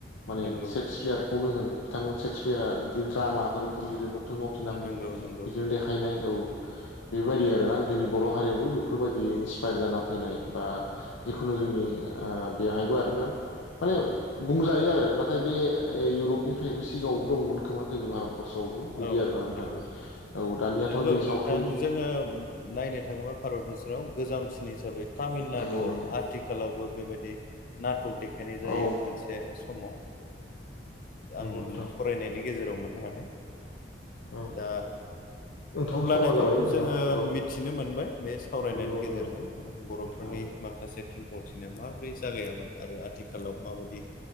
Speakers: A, on the left; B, on the left.
A: माने
B: नंगौ
A: सेक्सयार खौनो होन बिथांमोन सेक्सपियारा बि द्रामाफोर बिदि लिरोमोन। थुनफावथिनाफोर
B: नंगौ नंगौ
A: बिदिनो देखायनाय औ बेबायदि आरोना जोंनि बर' हारियावबो बेफोरबायदि इन्सपायार जाना फैनाय बा जिखुनु जोंनि बेहायबो आरोना माने बुंजायो आरो नाथाय बे इउरपनिफ्रायबो सिगाङावबो दंमोन खोमा जोंनि भारत खरसआवबो बिदि
B: औ
A: आरोना आ
B: नंगौ
A: दां औ दानियाथ'
B: नंगौ
A: नै
B: नोंथां
A: सावथुन
B: जोङो नायनो थाङोबा भारत बोसोराव गोजामसिन हिसाबै तामिलनाडुआव
A: नंगौ नंगौ
B: आथिखाल आथिखालावबो बेबायदि नटक देखायनाय जायो
A: औ
B: मोनसे समाव
A: नंगौ
B: आं
A: नोंथां
B: फरायनायनि गेजेराव मोननो हादों।
A: औ
B: दा
A: नोंथां
B: अब्ला
A: समा
B: नंगौ
A: जाबाय जोंहा
B: जोङो
A: औ
B: मिथिनो मोनबाय बे सावरायनायनि
A: नंगौ
B: गेजेरजों
A: नंगौ
B: बर'फोरनि
A: औ
B: माखा से थुनफावथिनाय माबोरै जागायामोन आरो आथिखालाव माबायदि